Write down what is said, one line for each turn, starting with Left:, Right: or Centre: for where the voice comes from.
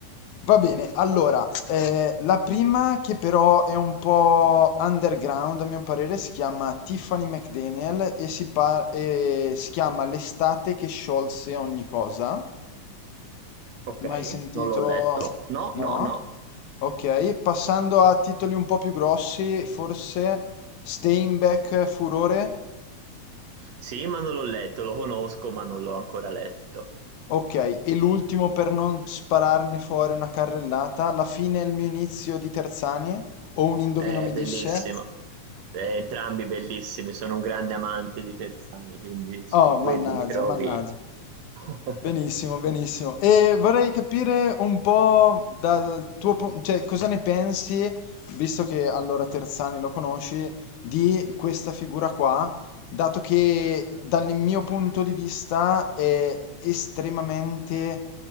Left: Va bene, allora, eh, la prima che però è un po' underground a mio parere si chiama Tiffany McDaniel e si, par- e si chiama L'estate che sciolse ogni cosa.
Right: Ok,
Left: Mai sentito?
Right: non l'ho letto. No,
Left: No?
Right: no, no.
Left: Ok, passando a titoli un po' più grossi, forse Steinbeck Furore?
Right: Sì, ma non l'ho letto, lo conosco, ma non l'ho ancora letto.
Left: Ok, e l'ultimo per non spararne fuori una carrellata, la fine è il mio inizio di Terzanie? O un indovino
Right: È
Left: mi disse?
Right: bellissimo. Eh, entrambi bellissimi, sono un grande amante di Terzani, quindi su
Left: Oh, mannaggia,
Right: quelli mi trovi.
Left: mannaggia.
Right: <laughs>
Left: Benissimo, benissimo. E vorrei capire un po' dal tuo punto, cioè cosa ne pensi, visto che allora Terzani lo conosci, di questa figura qua, dato che dal mio punto di vista è estremamente